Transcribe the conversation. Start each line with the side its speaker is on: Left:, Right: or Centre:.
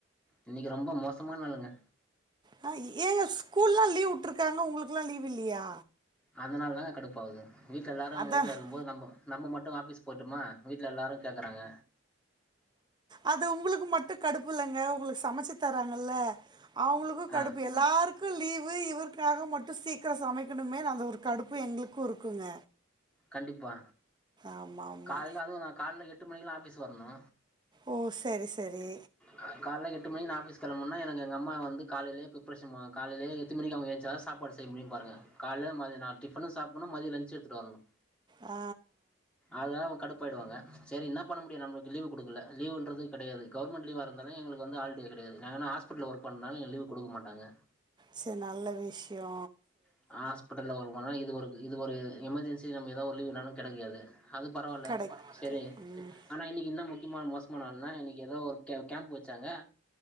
Centre: இன்னைக்கி ரொம்ப மோசமான நாளுங்க
Right: ஹ ஏங்க ஸ்கூல்லா லீவு வுட்ருக்காங்க உங்களுக்குல்லா லீவ் இல்லீயா
Centre: அதுனால தாங்க கடுப்பு ஆவுது வீட்ல எல்லாரு
Right: அதா
Centre: வீட்ல இருக்கு போது நம்மப் நம்ம மட்டு ஆபிஸ் போட்டுமா வீட்ல எல்லோரு கேட்குறாங்க
Right: அது உங்களுக்கு மட்டு கடுப்பு இல்லங்க உங்களுக்கு சமைச்சு தறாங்கல்ல அவுங்களுக்கு கடுப்பு
Centre: ஆ
Right: எல்லாருக் கு லீவு இவருக்காக மட்டு சீக்கிர சமைக்கணுமே அந்த ஒரு கடுப்பு எங்களுக்கு இருக்குங்க
Centre: கண்டிப்பா
Right: ஆமா ஆமா
Centre: கால்ல அதுவு நா கால்ல எட்டு மணிக்கு ல்லா ஆபிஸ் வரணு
Right: ஓ செரி செரி
Centre: கா கால்ல எட்டு மணிக்கு நா ஆபீஸ் கெளமுன்னாக்கு எங்க அம்மா வந்து காலேயே பிரிப்பரேஷன் மோ காலேயே எத்துனு மணிக்கு அவுங்க எந்திரிச்சாலு சாப்பாடு செ செய்ய முடியு பாருங்க கால்ல மதிய நா டிஃப்பனு சாப்பிணு மத்திய லஞ்ச் எடுத்துட்டு வரணு
Right: ஆ
Centre: அதனால அவுங்க கடுப்பு ஆயிடுவாங்க செரி இன்னாப் பண்ண முடியு நம்ளுக்கு லீவு குடுக்கல லீவுன்றது கெடையாது கவர்மெண்ட்லீவா இருந்தாலு எங்களுக்கு வந்து ஹால் டே கெடையாது நாங்க என்ன ஹாஸ்பிட்டல ஒர்க பண்ணாலு எங்களுக்கு லீவு குடுக்க மாட்டாங்க
Right: செர் நல்ல விஷ்யோ
Centre: நம்ம ஹாஸ்பிட்டல்ல ஒர்க் பண்ண இது ஒரு இது ஒரு எமர்ஜென்சி நம்ம ஏதாவது ஒரு லீவ் ணாலு கெடைக்காது அது பரவால்ல
Right: கடைக்கு
Centre: செர்ரி
Right: ம்
Centre: ஆனா இன்னைக்கி என்னா முக்கியமான மோசமான நாள்ன்னா இன்னைக்கி எதோ ஒரு கே கேம்ப் வச்சாங்க